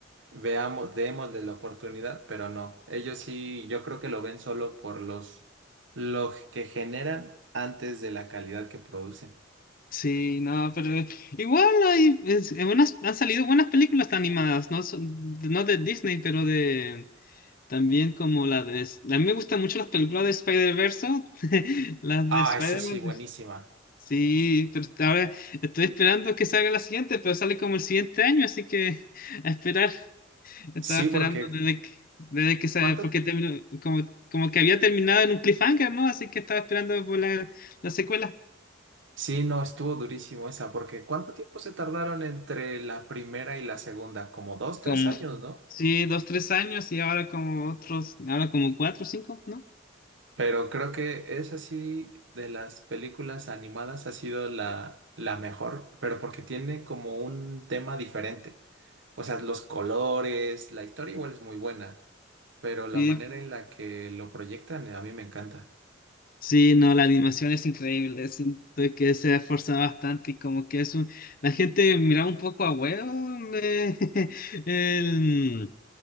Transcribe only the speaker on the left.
Sí, no, pero igual hay es- en buenas- han salido buenas películas animadas, no, son- no de Disney, pero de también como la de... A mí me gustan mucho las películas de Spider-Verse, <laughs> las
de Spider-Man.
Sí, pero ahora estoy esperando que salga la siguiente, pero sale como el siguiente año, así que a esperar. Estaba
esperando
desde que, desde que sa-
porque terminó, como, como que había terminado en un cliffhanger, ¿no? Así que estaba esperando por la, la secuela.
Como,
sí, dos, tres años y ahora como otros, ahora como cuatro, cinco, ¿no?
Y
sí, no, la animación es increíble, siento que se esfuerza bastante y como que es un... La gente mira un poco a huevo eh, <laughs> el...